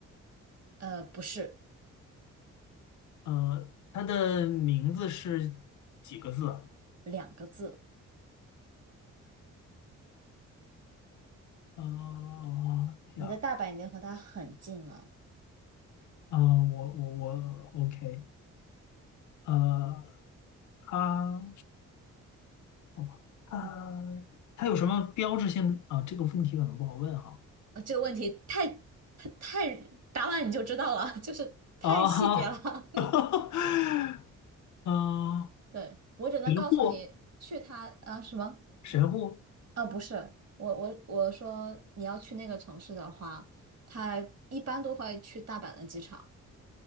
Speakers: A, on the right; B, on the left.
A: 呃，不是，
B: 呃，它的名字是几个字啊
A: 两个字。
B: 啊呀，
A: 你的大阪已经和它很近了。
B: 啊，我我我，OK，呃，他，好吧他他有什么标志性的啊？
A: 嗯，
B: 这个问题可能不好问哈。
A: 呃这个问题太太太答完你就知道了，<laughs> 就是太细节了。
B: 啊，<laughs> 嗯，
A: <laughs> 对，我只能告诉你去它啊什么？
B: 神户，神户
A: 啊，不是，我我我说你要去那个城市的话，他一般都会去大阪的机场，